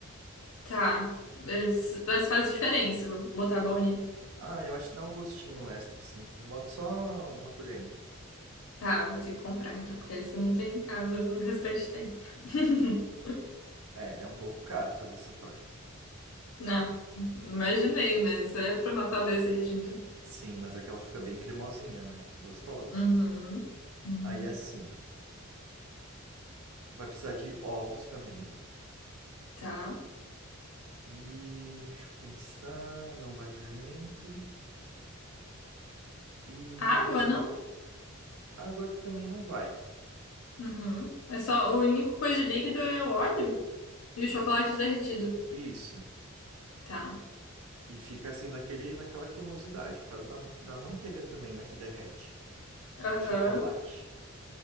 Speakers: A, on the left; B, on the right.
A: Tá. Mas, mas faz diferença botar baunilha.
B: Ah, eu acho que dá um gostinho extra, assim. Eu boto só uma colherinha.
A: Tá, eu vou ter que comprar então, porque essa não tem em casa, o restante tem. <laughs>
B: É, é um pouco caro fazer essa torta.
A: Não, imaginei, mas é pra matar o desejo, então.
B: Sim, mas é que ela fica bem cremosinha, né? E gostosa.
A: Uhum, uhum.
B: Aí assim, Vai precisar de ovos também.
A: Tá.
B: E deixa eu pensar, não vai fermento e
A: Água, não?
B: água também não vai.
A: Uhum. É só, a única coisa de líquido é o óleo e o chocolate derretido.
B: Isso.
A: Tá.
B: E fica assim daquele, naquela cremosidade por causa da, da manteiga também, né, que derrete com
A: Aham.
B: chocolate.